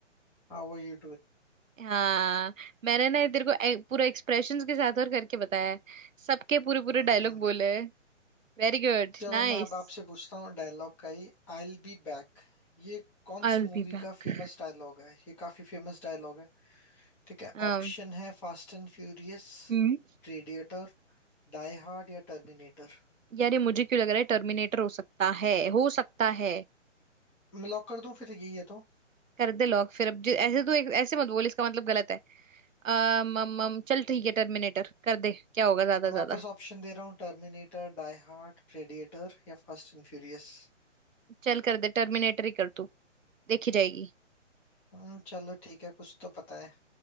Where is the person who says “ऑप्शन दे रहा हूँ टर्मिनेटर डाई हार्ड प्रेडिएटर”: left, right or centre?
Centre